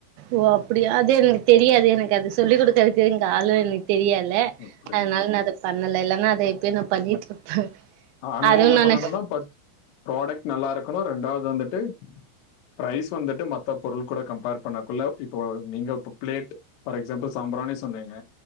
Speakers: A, on the right; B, on the left.
A: ஓ அப்டியா அது எனக்கு தெரியாது எனக்கு அது சொல்லி் கொடுக்கதுக்கு இங்க ஆளு எனக்கு தெரியல
B: எப்படிங்களா
A: அதனால நா அத பண்ணல இல்லன்னா அத எப்பயுமே பண்ணிட்டு இருப்பே
B: ஆன்லைன்ல
A: அதுவு நானு
B: பண்ணணும்னா ஃபஸ்ட் ப்ராடைக்ட் நல்லா இருக்கணு ரெண்டாவது வந்துட்டு பிரைஸ் வந்துட்டு மத்த பொருள் கூட கம்பேர் பண்ணக்குள்ள இப்போ நீங்க பிளேட் ஃபார் எக்ஸாம்பிள் சாம்பராணி சொன்னேங்க